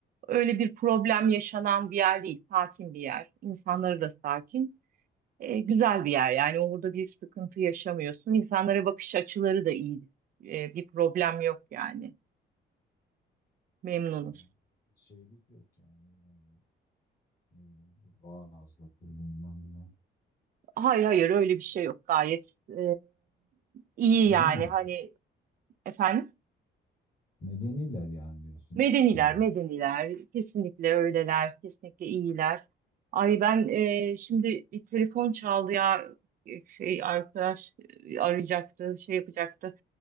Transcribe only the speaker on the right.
öyle bir problem yaşanan bir yer değil. Sakin bir yer. İnsanları da sakin. E, güzel bir yer yani orada bir sıkıntı yaşamıyorsun. İnsanlara bakış açıları da iyi. E, bir problem yok yani. Memnunuz.
Hayır hayır öyle bir şey yok. Gayet e, iyi
yani
hani efendim
medeniler
medeniler kesinlikle öyleler kesinlikle iyiler. Ay ben e, şimdi bir telefon çaldı ya E, şey arkadaş e, arayacaktı şey yapacaktı.